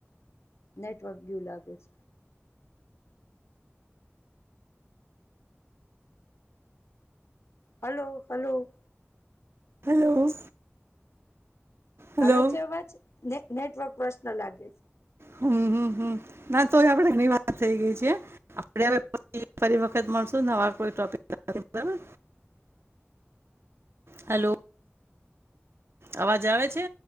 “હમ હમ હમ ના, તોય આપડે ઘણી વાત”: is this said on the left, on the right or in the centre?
Right